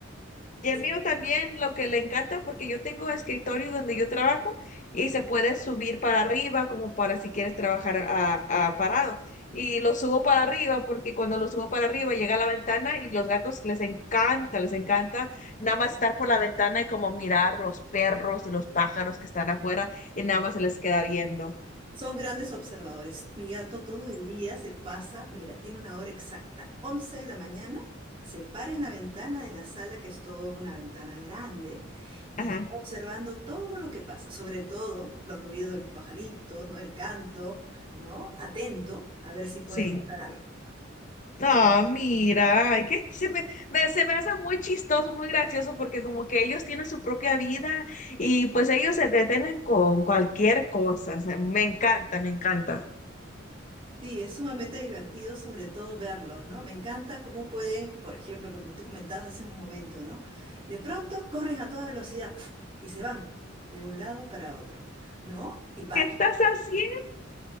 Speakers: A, on the left; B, on the right.
A: Y
B: Y
A: el mío también lo que le encanta porque yo tengo escritorio donde yo trabajo y se puede subir para arriba como para si quieres trabajar a, a parado. Y lo subo para arriba porque cuando lo subo para arriba llega a la ventana y los gatos les encanta, les encanta nada más estar por la ventana y como mirar los perros y los pájaros que están afuera y nada más se les queda viendo.
B: Son grandes observadores. Mi gato todo el día se pasa, mira, tiene una hora exacta, 11 de la mañana, se para en la ventana de la sala, que es toda una ventana grande, y
A: Ajá,
B: está observando todo lo que pasa, sobre todo los ruidos de los pajaritos, ¿no? El canto, ¿no? Atento a ver si puede
A: sí.
B: cantar algo.
A: Ah, mira, ay, que se me, me- se me hace muy chistoso, muy gracioso, porque como que ellos tienen su propia vida y pues ellos se detienen con cualquier cosa. se- Me encanta, me encanta.
B: Sí, es sumamente divertido sobre todo verlos, ¿no? Me encanta cómo pueden, por ejemplo, como tú comentabas hace un momento, ¿no? De pronto corren a toda velocidad ¡puf! y se van de un lado para otro, ¿no? Y paran.
A: ¿Qué estás haciendo?